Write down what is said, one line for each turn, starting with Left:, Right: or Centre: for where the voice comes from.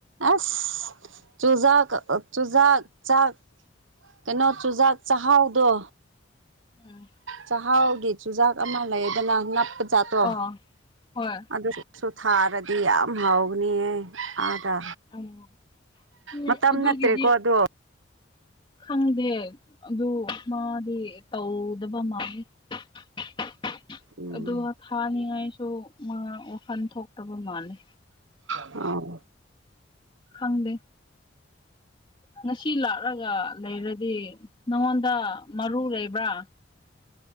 Right: ꯑꯁ ꯆꯨꯖꯥꯛ ꯆꯨꯖꯥꯛ ꯆꯥꯛ ꯀꯩꯅꯣ ꯆꯨꯖꯥꯛ ꯆꯍꯥꯎꯗꯣ
Left: ꯎꯝ
Right: ꯆꯥꯛꯍꯥꯎꯒꯤ ꯆꯨꯖꯥꯛ ꯑꯃ ꯂꯩꯗꯅ ꯅꯞꯄꯗ ꯆꯥꯠꯇꯣ
Left: ꯑꯥ ꯍꯣꯏ
Right: ꯑꯗꯨꯁꯨ ꯊꯥꯔꯗꯤ ꯌꯥꯝ ꯍꯥꯎꯅꯤꯍ ꯑꯥꯗ
Left: ꯑꯣ ꯑꯗꯨ
Right: ꯃꯇꯝ
Left: ꯑꯗꯨꯒꯤꯗꯤ
Right: ꯅꯠꯇ꯭ꯔꯦꯀꯣ ꯑꯗꯣ
Left: ꯈꯪꯗꯦ ꯑꯗꯨ ꯃꯥꯗꯤ ꯇꯧꯗꯕ ꯃꯥꯜꯂꯤꯦ <inaudible>
Right: ꯎꯝ
Left: ꯑꯗꯨꯒ ꯊꯥꯅꯤꯉꯥꯏꯁꯨ ꯃꯥ ꯋꯥꯈꯜ ꯊꯣꯛꯇꯕ ꯃꯥꯜꯂꯦ
Right: ꯑꯥꯎ
Left: ꯈꯪꯗꯦ ꯉꯁꯤ ꯂꯥꯛꯂꯒ ꯂꯩꯔꯗꯤ ꯅꯉꯣꯟꯗ ꯃꯔꯨ ꯂꯩꯕ꯭ꯔꯥ